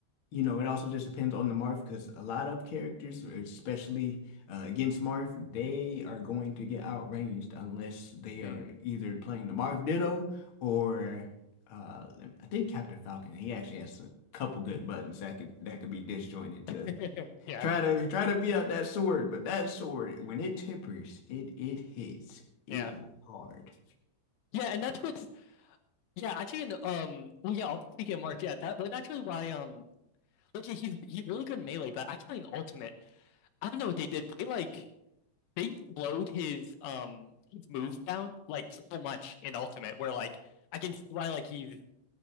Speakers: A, on the left; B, on the left.
A: you know, it also just depends on the Marth because a lot of characters, especially uh, against Marth, they are going to get outranged unless they
B: Hmm.
A: are either playing the Marth Ditto or uh, I think Captain Falcon. He actually has a couple good
B: Hmm.
A: buttons that could that could be disjointed
B: <laughs>
A: to
B: Yeah,
A: Try to try to beat out that sword, but that sword, when it tippers, it it hits. It
B: yeah,
A: hit hard.
B: yeah, and that's what's Yeah, actually, in, um, well, yeah, I'll take it, Mark. Yeah, that was actually why, um, like, yeah, he's he's really good in melee, but actually in ultimate, I don't know what they did. They like they slowed his um his moves down like so much in ultimate, where like I can see why like he's